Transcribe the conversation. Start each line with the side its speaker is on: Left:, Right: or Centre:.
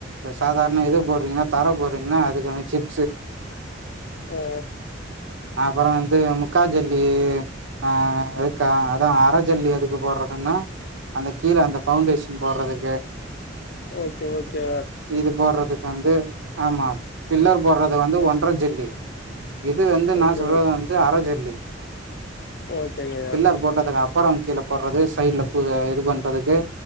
Right: சாதார்ண இது போட்றீங்ன்னா தர போட்றீங்ன்னா அதுக்கான சிப் ஸ்
Left: ஆ
Right: அப்பறொ வந்து முக்காஜல்லி அ அதுக்கா அதா அர ஜெல்லி எதுக்கு போட்றதுன்னா அந்த கீழ அந்த பவுண்டேஷன் போட்றதுக்கு
Left: ஓக்கே ஓக்கே
Right: இது போட்றதுக் வந்து ஆம்மா பில்லர் போட்றதுவந்து
Left: ஆ
Right: ஒன்ற ஜெல்லி இது வந்து
Left: ஓகே
Right: நா சொல்றது வந்து அரஜெல்லி
Left: ஓக்கேங்க
Right: பில்லர் போட்டதுக்கப்பறம் கீழ போட்றது சைட்ல புது இது பண்றதுக்கு